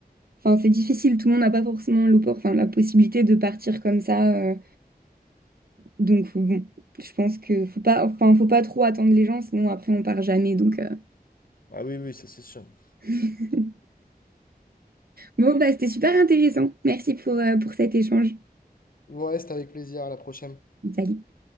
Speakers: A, on the right; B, on the left.
A: Enfin, c'est difficile, tout le monde n'a pas forcément l'oppor- enfin, la possibilité de partir comme ça. euh, donc, bon, je pense que faut pas... Enfin, faut pas trop attendre les gens, sinon après, on part jamais. Donc, euh.
B: Ah oui, oui, ça c'est sûr.
A: <laughs> Bon, bah, c'était super intéressant. Merci pour, euh, pour cet échange.
B: Ouais, c'était avec plaisir. À la prochaine.
A: Salut.